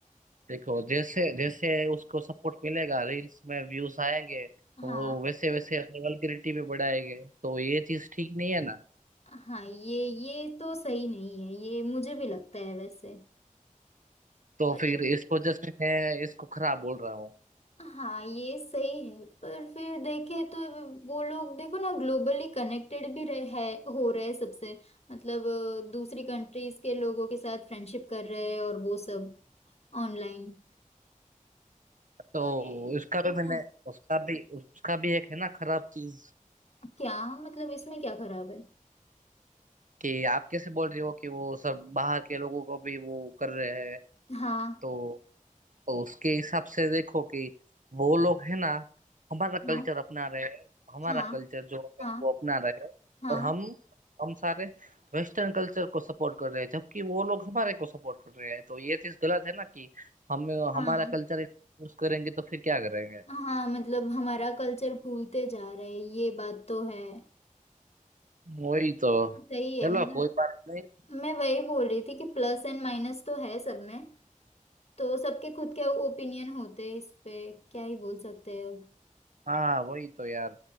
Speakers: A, on the right; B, on the left.
A: देखो जैसे जैसे उसको सपोर्ट मिलेगा रील्स में व्यूज आएंगे तो
B: हाँ
A: वो वैसे वैसे अपनी वल्गरिटी भी बढ़ाएंगे तो ये चीज ठीक नहीं है ना
B: हाँ ये ये तो सही नहीं है ये मुझे भी लगता है वैसे
A: तो
B: पर
A: फिर
B: ऐस-
A: इस वजह से मैं इसको खराब बोल रहा हूँ
B: हाँ ये सही है पर फिर देखे तो वो लोग देखो ना ग्लोबली कनेक्टेड भी रहे है हो रहे हैं सबसे मतलब अ, दूसरी कंट्रीज के लोगों के साथ फ्रेंडशिप कर रहे हैं और वो सब ऑनलाइन
A: तो
B: तो ये
A: उसका भी मैंने
B: हाँ,
A: उसका भी उसका भी एक है ना खराब चीज
B: क्या मतलब इसमें क्या खराब है
A: कि आप कैसे बोल रहे हो कि वो सब बाहर के लोगों को भी वो कर रहे हैं
B: हाँ
A: तो तो उसके हिसाब से देखो कि वो लोग है ना हमारा कल्चर
B: हाँ
A: अपना रहे हैं हमारा
B: हाँ
A: कल्चर जो
B: हाँ
A: है वो अपना रहे हैं
B: हाँ
A: और हम हम सारे वेस्टर्न कल्चर को सपोर्ट कर रहे हैं जबकि वो लोग हमारे को सपोर्ट कर रहे हैं तो ये चीज गलत है ना कि हम
B: हाँ
A: हमारा कल्चर यूज करेंगे तो फिर क्या करेंगे
B: हाँ मतलब हमारा कल्चर भूलते जा रहे हैं ये बात तो है
A: वही तो
B: सही है
A: चलो
B: मतलब
A: कोई बात नहीं
B: मैं वही बोल रही थी कि प्लस एंड माइनस तो है सब में तो सबके खुद के ओपिनियन होते हैं इस पे क्या ही बोल सकते हैं अब
A: हाँ वही तो यार